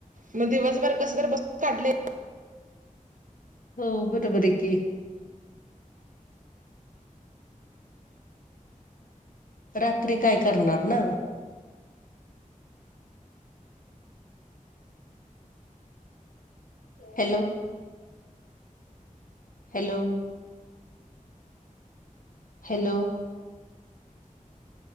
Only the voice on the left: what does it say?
हो बरोबर आहे की रात्री कायं करणारं नं हॅलो हॅलो हॅलो